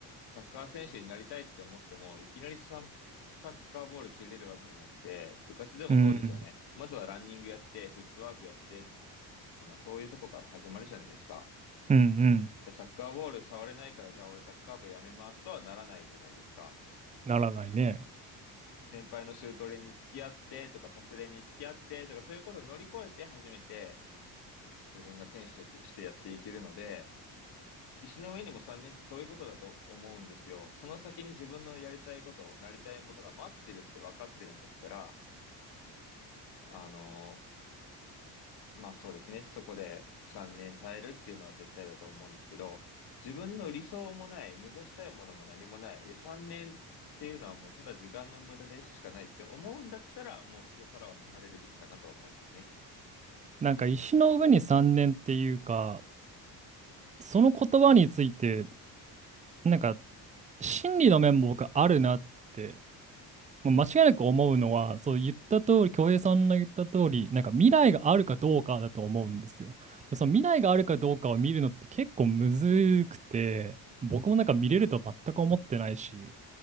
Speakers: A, on the left; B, on the right.
A: サッカー選手になりたいって思っても、いきなりサ、サッカーボール蹴れるわけじゃなくて、部活でもそうですよね。
B: うん。うんうん。
A: まずはランニングやって、フットワークやって、まあそういうとこから始まるじゃないですか。
B: うんうん。
A: サッカーボール触れないから、じゃあ俺サッカー部やめますとはならないじゃないですか。
B: ならないね。
A: 先輩のシュート練に付き合ってとか、パス練に付き合ってとか、そういうことを乗り越えて初めて、自分が選手としてやっていけるので、石の上にも3年ってそういうことだと思うんですよ。その先に自分のやりたいこと、なりたいものが待ってるって分かってるんだったら、あの、まあそうですね。そこで3年耐えるっていうのは絶対だと思うんですけど、自分の理想もない、目指したいものも何もない。で、3年っていうのはもうただ時間の無駄でしかないって思うんだったら、もうそこからは離れるべきかなと思いますね。
B: なんか石の上に3年っていうか、その言葉について、なんか、真理の面も僕あるなって、もう間違いなく思うのは、そう言った通り、恭平さんの言った通り、なんか未来があるかどうかだと思うんですよ。で、その未来があるかどうかを見るのって結構むずくて、僕もなんか見れると全く思ってないし、